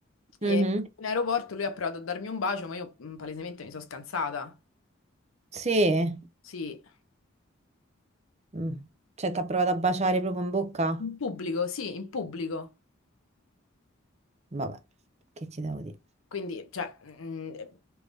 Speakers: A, on the left; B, on the right.
A: E
B: Mhm.
A: in aeroporto lui ha provato a darmi un bacio, ma io mm, palesemente mi sono scansata.
B: Sì,
A: Sì,
B: Mm. Cioè ti ha provato a baciare proprio in bocca?
A: in pubblico, sì, in pubblico.
B: Vabbè, che ti devo dire?
A: Quindi, cioè, mm, eh,